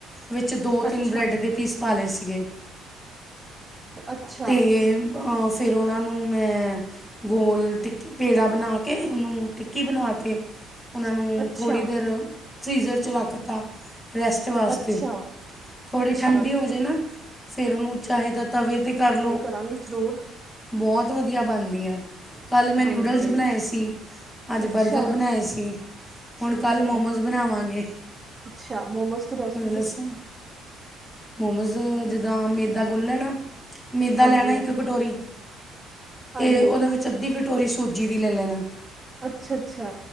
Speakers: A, on the left; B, on the right.
A: ਵਿੱਚ ਦੋ
B: ਅੱਛਾ
A: ਤਿੰਨ ਬ੍ਰੈੱਡ ਦੇ ਪੀਸ ਪਾ ਲਏ ਸੀਗੇ
B: ਅੱਛਾ
A: ਤੇ ਅਹ ਫਿਰ ਉਹਨਾਂ ਨੂੰ ਮੈਂ ਗੋਲ ਟਿੱਕੀ ਪੇੜਾ ਬਣਾ ਕੇ ਉਹਨੂੰ ਟਿੱਕੀ ਬਣਾ ਕੇ ਉਹਨਾਂ ਨੂੰ
B: ਅੱਛਾ
A: ਥੋੜ੍ਹੀ ਦੇਰ ਫਰੀਜ਼ਰ 'ਚ ਰੱਖ ਤਾ ਰੈਸਟ ਵਾਸਤੇ
B: ਅੱਛਾ
A: ਥੋੜ੍ਹੀ
B: ਅੱਛਾ
A: ਠੰਡੀ ਹੋ ਜਾਵੇ ਨਾ ਫਿਰ ਉਹਨੂੰ ਚਾਹੇ ਤਾਂ ਤਵੇ 'ਤੇ ਕਰ ਲਉ
B: ਕਰਾਂਗੇ ਜ਼ਰੂਰ
A: ਬਹੁਤ ਵਧੀਆ ਬਣਦੀ ਹੈ। ਕੱਲ੍ਹ ਮੈਂ
B: ਹਾਂਜੀ
A: ਨਿਊਡਲਸ ਬਣਾਏ ਸੀ ਅੱਜ
B: ਅੱਛਾ
A: ਬਰਗਰ ਬਣਾਏ ਸੀ। ਹੁਣ
B: ਠੀਕ
A: ਕੱਲ ਮੋਮੋਸ
B: ਹੈ
A: ਬਣਾਵਾਂਗੇ,
B: ਅੱਛਾ ਮੋਮੋਸ ਦੀ ਰੈਸਪੀ
A: ਦੱਸੋ ਮੋਮੋਜ਼ ਜਿੱਦਾਂ ਮੈਦਾ ਗੁੱਨ ਲੈਣਾ, ਮੈਦਾ
B: ਹਾਂਜੀ
A: ਲੈਣਾ ਇੱਕ ਕਟੋਰੀ ਤੇ
B: ਹਾਂਜੀ
A: ਉਹਦੇ ਵਿੱਚ ਅੱਧੀ ਕਟੋਰੀ ਸੂਜੀ ਦੀ ਲੈ ਲੈਣਾ
B: ਅੱਛਾ ਅੱਛਾ